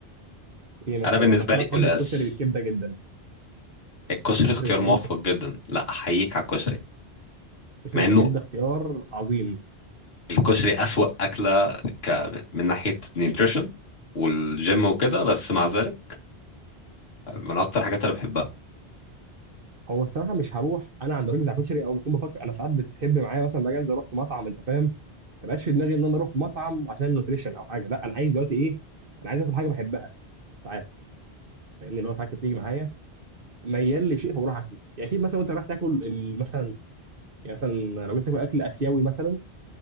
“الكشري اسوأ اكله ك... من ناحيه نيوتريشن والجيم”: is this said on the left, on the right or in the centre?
Left